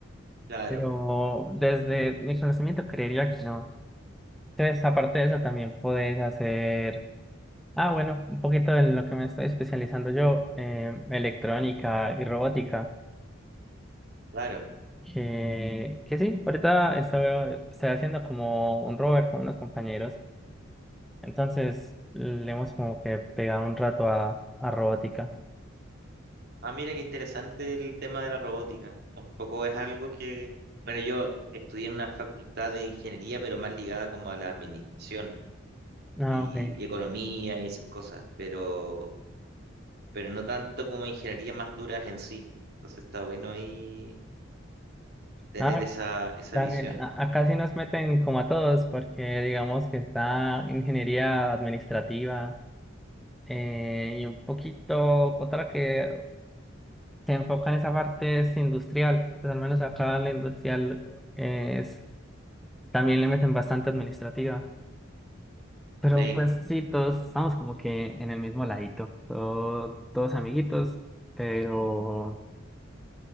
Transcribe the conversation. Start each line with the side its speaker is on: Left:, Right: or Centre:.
Right: claro,
Centre: Pero desde mi conocimiento creería que no. Entonces, aparte de eso, también puedes hacer, ah, bueno, un poquito de lo que me estoy especializando yo, eh, electrónica y robótica,
Right: claro.
Centre: que, que sí, ahorita estoy, estoy haciendo como un rover con unos compañeros. Entonces, le hemos como que pegado un rato a, a robótica.
Right: Ah, mira qué interesante el tema de la robótica. Tampoco es algo que, bueno, yo estudié en una facultad de ingeniería, pero más ligada como a la administración
Centre: Ah,
Right: y
Centre: ok.
Right: economía y esas cosas, pero pero no tanto como ingeniería más duras en sí. Entonces está bueno ahí tener
Centre: Ah,
Right: esa, esa
Centre: dale,
Right: visión.
Centre: a- acá sí nos meten como a todos, porque digamos que está ingeniería administrativa. eh, y un poquito otra que se enfoca en esa parte es industrial, pues al menos acá la industrial eh, es, también le meten bastante administrativa, pero
Right: Sí,
Centre: pues sí, todos estamos como que en el mismo ladito, todo- todos amiguitos, pero,